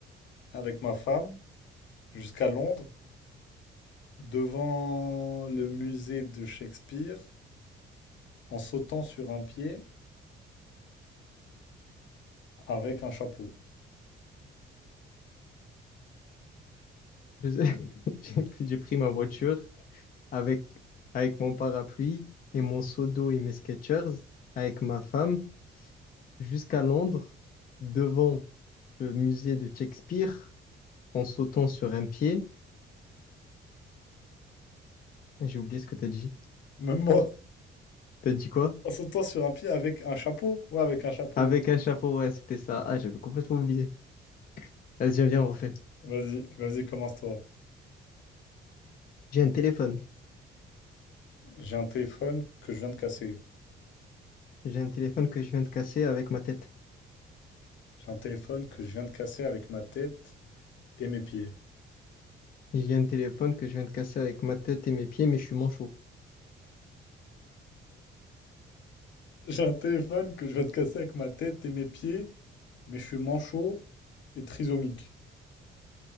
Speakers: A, on the left; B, on the left.
A: avec ma femme jusqu'à Londres devant le musée de Shakespeare en sautant sur un pied avec un chapeau.
B: Je <laughs> J'ai j'ai pris ma voiture avec, avec mon parapluie et mon seau d'eau et mes Skechers, avec ma femme, jusqu'à Londres, devant le musée de Shakespeare, en sautant sur un pied. J'ai oublié ce que t'as dit.
A: Même moi.
B: T'as dit quoi?
A: En sautant sur un pied avec un chapeau? Ouais, avec un chapeau.
B: Avec un chapeau, ouais, c'était ça. Ah, j'avais complètement oublié. Vas-y, viens, on refait.
A: Vas-y, vas-y, commence-toi.
B: J'ai un téléphone.
A: J'ai un téléphone que je viens de casser.
B: J'ai un téléphone que je viens de casser avec ma tête.
A: J'ai un téléphone que je viens de casser avec ma tête et mes pieds.
B: J'ai un téléphone que je viens de casser avec ma tête et mes pieds, mais je suis manchot.
A: J'ai un téléphone que je viens de casser avec ma tête et mes pieds, mais je suis manchot et trisomique.